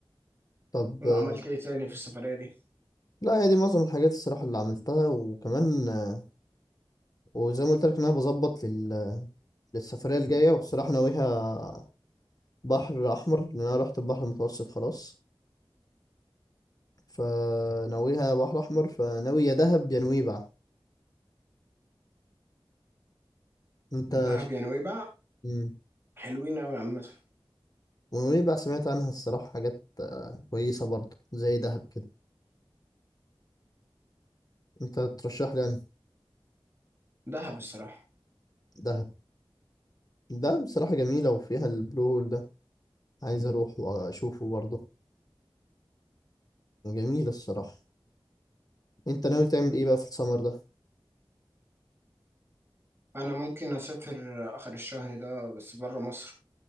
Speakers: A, on the left (about 40°); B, on the right (about 25°).
A: طب
B: وعملت
A: آه،
B: ايه تاني في السفرية دي
A: لا هي دي معظم الحاجات الصراحه اللي عملتها وكمان آه، وزي ما قلت لك ان انا بظبط لل... للسفريه الجايه وبصراحه ناويها بحر احمر لان انا رحت البحر المتوسط خلاص فناويها بحر احمر فناوي يا دهب يا نويبع انت
B: دهب
A: ش...
B: يا نويبع
A: مم.
B: حلوين قوي عامة
A: ونويبع سمعت عنها الصراحة حاجات آه، كويسة برضه زي دهب كده انت ترشح لي يعني
B: دهب الصراحة
A: دهب دهب بصراحة جميلة وفيها البلو هول ده عايز اروح واشوفه برضه جميلة الصراحة انت ناوي تعمل ايه بقى في السمر ده
B: انا ممكن اسافر اخر الشهر ده بس بره مصر